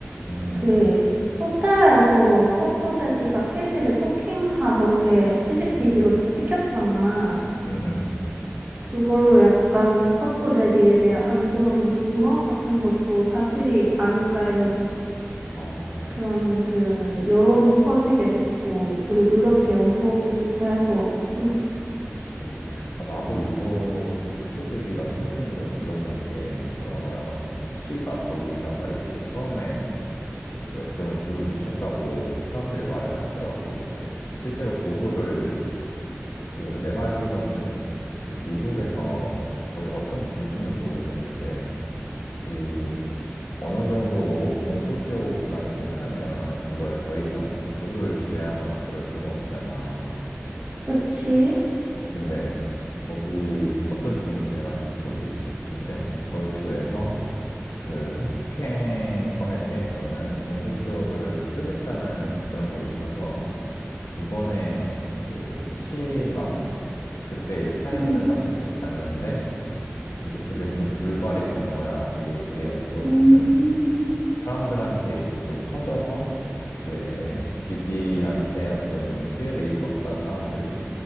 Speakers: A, on the left (about 80°); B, on the right (about 35°).
A: 응
B: 그, 호텔에서 퍼프데디가 캐시를 폭행하던 게 CCTV로
A: 응
B: 찍혔잖아.
A: 응 응
B: 그걸로 약간 퍼프데디에 대한 안 좋은 루머 같은 것도 사실이 아닐까 이런
A: 아,
B: 그런 그 여론이 퍼지게 됐고, 그리고 이렇게
A: 어.
B: 온 거고, 그래서, 응,
A: 그치. 아, 나도 이거를 퍼프디디가 수면 위로 드러난 게, 너가 말한 것처럼 PC가 거기다가 이제 처음에 이제 어떻게 보면 불을 붙였다고 사람들이 말을 하더라고. 이제 실제로 고소를 그 내가 알기로는 그 미국에서 거의 어떤 준지는 모르겠는데, 이 어느 정도 공소시효 기간이 끝나면 그걸 더 이상 뭐 고소를 진행하거나 그럴 수가 없잖아.
B: 그치?
A: 근데 거기 어떤 주인지 내가 잘 모르겠어. 근데 그 주에서 그 성폭행 건에 대해서는 공소시효를 풀겠다는 그런 게 있어서 이번에 그 캐시가 그때 이제 타이밍을
B: 응,
A: 딱 좋게 갔는데 이제 그게 좀 불발이 된 거야. 근데 이게 어떻게 보면은
B: 음,
A: 사람들한테 이제 좀 퍼져서 이제 디디한테 어떻게 보면 피해를 입었던 사람들이